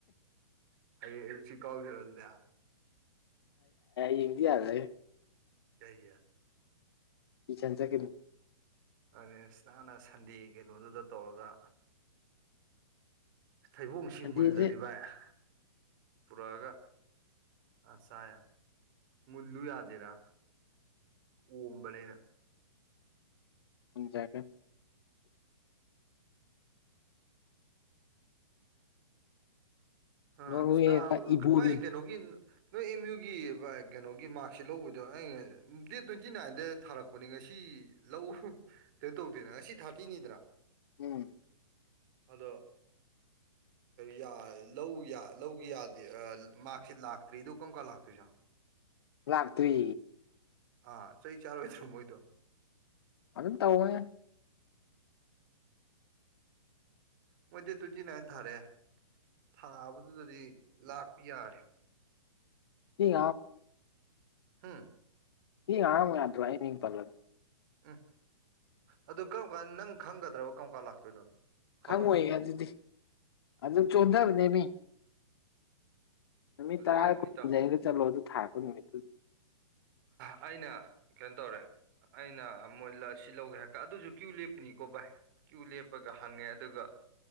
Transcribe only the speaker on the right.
ꯑꯩꯌꯦ ꯑꯦꯁꯤ ꯀꯥꯎꯜꯗꯔꯣ ꯑꯗꯨꯗ
ꯀꯒ
ꯑꯗꯨꯅꯦꯅꯥꯅ ꯁꯟꯗꯦ ꯀꯩꯅꯣꯗꯨꯗ ꯇꯧꯔꯒ ꯊꯩꯕꯣꯡꯁꯤ
ꯃꯨꯜꯂꯗꯤ ꯚꯏꯥꯏ ꯄꯨꯔꯛꯑꯒ ꯑ ꯆ ꯃꯨꯜꯂꯨ ꯌꯥꯗꯦꯔꯥ ꯍꯕꯂꯅ
ꯑꯥꯏ
ꯀꯦ ꯅꯨꯒ ꯅꯣꯏ ꯑꯦꯝ ꯌꯨꯒꯤ ꯀꯩꯅꯣꯒꯤ ꯃꯥꯔꯛꯁꯤꯠ ꯂꯧꯕꯗꯣ ꯑꯩꯅ ꯗꯦꯠ ꯇ꯭ꯋꯦꯟꯇꯤ ꯅꯥꯏꯟꯗ ꯊꯥꯔꯛꯄꯅꯦ ꯉꯁꯤ ꯂꯧꯎ ꯀꯩꯅꯣ ꯇꯧꯗꯦꯅ ꯉꯁꯤ ꯊꯥꯔꯇꯤꯅꯤꯗꯅ
ꯑꯗꯣ ꯌꯥ ꯂꯧ ꯂꯧꯒꯤ ꯌꯥꯗꯦ ꯃꯥꯔꯁꯤ ꯂꯥꯛꯇ꯭ꯔꯤꯗꯣ ꯀꯔꯝ ꯀꯥꯟ ꯂꯥꯛꯇꯣꯏꯁꯥꯅꯣ
ꯑꯥ ꯆꯍꯤ ꯆꯩ ꯆꯥꯔꯣꯏꯗ꯭ꯔꯣ ꯃꯣꯏꯗꯣ
ꯃꯣꯏꯗꯤ ꯇ꯭ꯋꯇꯤ ꯅꯥꯏ ꯊꯔꯦ ꯊꯥꯕꯗꯨꯗꯗꯤ ꯂꯥꯛꯄ ꯌꯥꯔꯦ
ꯍꯥꯝ
ꯎꯝ ꯑꯗꯨ ꯀꯔꯝ ꯀꯥꯟ ꯅꯪ ꯈꯪꯒꯗ꯭ꯔꯕ ꯀꯔꯝ ꯀꯥꯟ ꯂꯥꯛꯇꯣꯏꯅꯣ ꯈꯪꯉꯣꯏꯗ꯭ꯔꯣ
ꯑꯗꯨꯗꯤ
ꯑꯩ
ꯏꯇꯥꯎ
ꯑꯩꯅ ꯀꯩꯅꯣ ꯇꯧꯔꯦ ꯑꯩꯅ ꯃꯣꯏ ꯑꯁꯤ ꯂꯧꯒꯦ ꯍꯥꯏ ꯑꯗꯨꯁꯨ ꯀ꯭ꯌꯨ ꯂꯦꯞꯄꯅꯤꯀꯣ ꯚꯥꯏ ꯀ꯭ꯌꯨ ꯂꯦꯞꯄꯒ ꯍꯪꯉꯦ ꯑꯗꯨꯒ